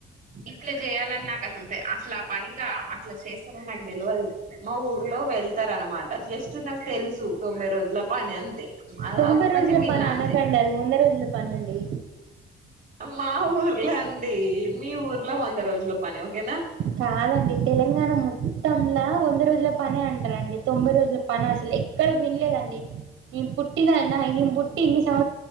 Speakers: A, on the right; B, on the right.
A: ఇట్లా చేయాలని నాకు అసలు అసలు ఆ పనికి అట్లా చేస్తారని నాకు తెలువదు మా ఊర్లో ఎళ్తారనమాట జస్ట్ నాకు తెలుసు తొంభై రోజుల పని అంతే అది
B: తొంభై
A: ఒక్కటి
B: రోజుల
A: విన్నా
B: పని అనకండి
A: అంతే
B: అది వంద రోజుల పని అండి
A: మా ఊర్లో అండి మీ ఊర్లో వంద రోజుల పని ఓకేనా
B: కాదండి తెలంగాణ మొత్తంలా వంద రోజుల పనే అంటారండి తొంభై రోజుల పని అసలు ఎక్కడ వినలేదండి నేను పుట్టిన నేను బుట్టి ఇన్ని సం